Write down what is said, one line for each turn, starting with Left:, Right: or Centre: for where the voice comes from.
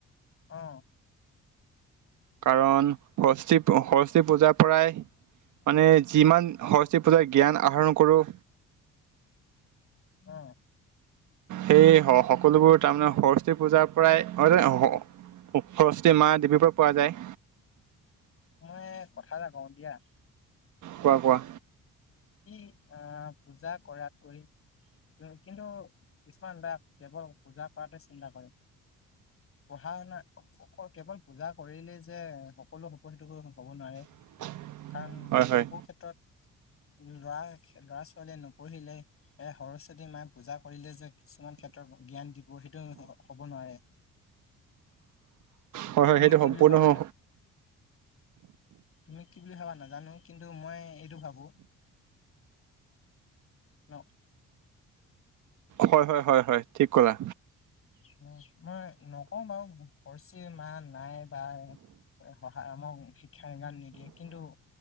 Left: অ
Right: কাৰণ সৰসী সৰস্বী পূজাৰ পৰাই মানে। যিমান সৰস্বতী পূজাৰ জ্ঞান আহৰণ কৰোঁ।
Left: অ
Right: সেই হ সকলোবোৰ তাৰমানে সৰস্বতী পূজাৰ পৰাই। হয় নই। সৰস্বতী মাহ দেৱীৰ পৰা পোৱা যায়।
Left: মই কথা এটা কওঁ দিয়া।
Right: কোৱা কোৱা?
Left: সি আহ পূজা কৰাতকৈ কিন্তু কিছুমান লৰা কেৱল পূজা কৰাতে চিন্তা কৰে। পঢ়া শুনা কেৱল পূজা কৰিলেই যে সকলো সুফলিত হব নোৱাৰে।
Right: <unintelligible>
Left: কাৰণ
Right: হয়
Left: বহু
Right: হয়
Left: ক্ষেত্ৰত। লৰা ল'ৰা ছোৱালীয়ে নপঢ়িলে এ সৰস্বতী মায় পূজা কৰিলে যে কিছুমান ক্ষেত্ৰত জ্ঞান দিব সেইটো হ'ব নোৱাৰে।
Right: হয় হয়
Left: তুমি
Right: সেইটো
Left: কি
Right: সম্পূৰ্ণ
Left: বুলি ভাবা
Right: <inaudible>
Left: না তুমি কি বুলি ভাবা নাজানো। কিন্তু মই এইটো ভাবো ন
Right: হয় হয় হয় হয় ঠিক কলা।
Left: উম, মই নকওঁ বাৰু পৰচি মা নাই বা অ সহায় আমাৰ খিয়মান নিদিয়ে কিন্তু